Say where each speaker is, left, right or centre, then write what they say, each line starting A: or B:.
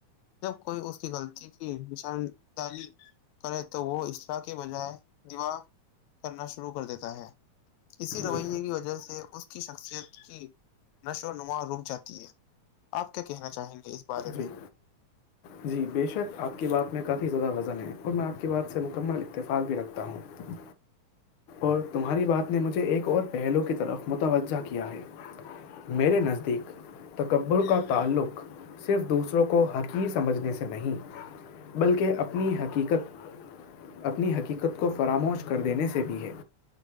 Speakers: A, on the left (about 80°); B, on the left (about 55°).
A: جب کوئی اس کی غلطی کی نشان داہی کرے تو وہ اسصرا کے بجائے دیوا کرنا شروع کر دیتا ہے اسی رویے
B: جی
A: کی وجہ سے اس کی شک کی نشو و نما رک جاتی ہے آپ کیا کہنا چاہیں گے اس بارے
B: جی
A: میں
B: جی بےشک آپ کی بات میں کافی زیادہ وزن ہے اور میں آپ کی بات سے مکمل اتفاق بھی رکھتا ہوں اور تمہاری بات نے مجھے ایک اور پہلو کی طرف متوجہ کیا ہے میرے نزدیک تکبر کا تعلق <unintelligible> صرف دوسروں کو حقیق سمجھنے سے نہیں بلکہ اپنی حقیقت اپنی حقیقت کو فراموش کر دینے سے بھی ہے